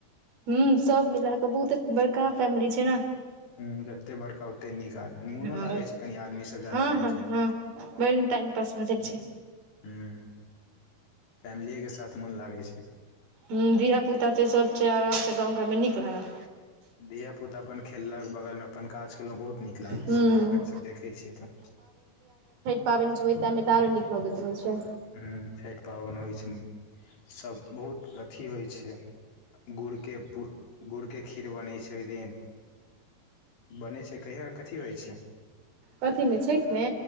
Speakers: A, on the right; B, on the left.
A: ह सब मिलाके बहुत बड़का फैमिली छैय ने।
B: ह जतेक बड़का ओतेक नीक आदमी मोनो
A: हँ
B: लागैत छैय कनि आदमीसभ ज्यादा
A: हँ
B: रहैत
A: हँ
B: छैय त
A: हँ टाइम दस बजे के छैय
B: ह फैमिलीए के साथ मोन लागै छै
A: हूँ धिया पुता छैय सब से आराम स गाँव घर मे नीक लागत
B: धिया -पुता अपन खेललक बगल मे अपन काज केलौ बहुत नीक लागै
A: हुं
B: छैय इ सब देखै छियै तऽ
A: पाबैन जे ओय टाइमे आरो नीकलोगैत रहै छय
B: हूँ छैठ पाबैन होय छैय सब बहुत अथि होय छैय गुड़के खीर बनै छै ओय दिन बनै छैय कहिया कथी होय छैय
A: कथी मे छठि मे?